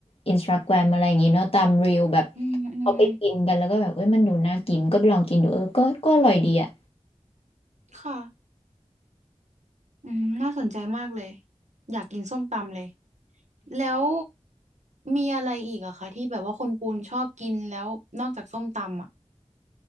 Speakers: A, on the left; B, on the right.
A: อินสตาแกรมอะไรอย่างงี้เนาะตามรีลแบบ
B: อืมอืม
A: เอาไปกินกันแล้วก็แบบเอ้ยมันดูน่ากินก็ไปลองกินดูเออก็ก็อร่อยดีอะ
B: ค่ะอืมน่าสนใจมากเลย อยากกินส้มตำเลยแล้วมีอะไรอีกอะคะที่แบบว่าคนปูนชอบกินแล้วนอกจากส้มตำอะ